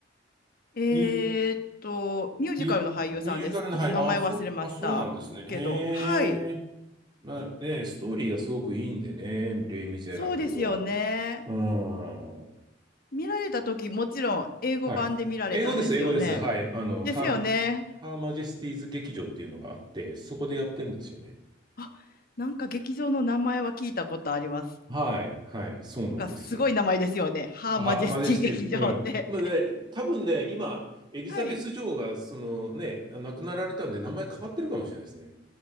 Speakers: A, on the left (about 55°); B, on the right (about 25°).
A: え
B: ミュ、
A: ーっと、ミュージカルの俳優さんです。
B: ミュ、ミュージカルの、
A: ちょっと名前忘れましたけど、
B: はい。あ、そう、あ、そうなんですね。へえ。
A: はい、
B: まあね、ストーリーがすごくいいんでね、レイ・ミゼラブルは。
A: そうですよね。
B: うん。
A: 見られた時、もちろん英語版で見られたんですよね。
B: はい。英語です、英語です。はい。あの、
A: ですよね。
B: ハー、ハーマジェスティーズ劇場っていうのがあって、そこでやってんですよね。
A: あ、なんか劇場の名前は聞いたことあります。
B: はい。はい。そうなんですよ。
A: なんかすごい名前ですよね。ハーマジェスティ劇場って。
B: ハーマジェスティーズ。うん。まあね、多分ね、今、エリザベス女王が、
A: <laughs> はい。
B: そのね、亡くなられたんで、名前変わってるかもしれないですね。